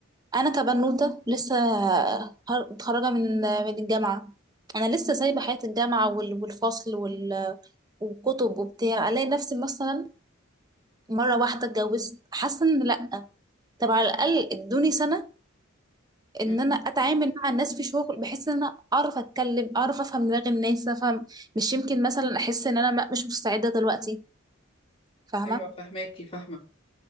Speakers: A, on the right; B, on the left.
A: انا كبنوته لسه هر- متخرجه من من الجامعه انا لسه سايبه حياه الجامعه وال... والفصل وال... والكتب وبتاع الاقي نفسي مثلا مره واحده اتجوزت حاسه ان لا طب على الاقل ادوني سنه ان
B: مم.
A: انا اتعامل مع الناس في شغل بحيث ان انا اعرف اتكلم اعرف افهم دماغ الناس افهم مش يمكن مثلا احس ان انا م- مش مستعده دلوقتي فاهمه
B: أيوة فهماكي فاهمة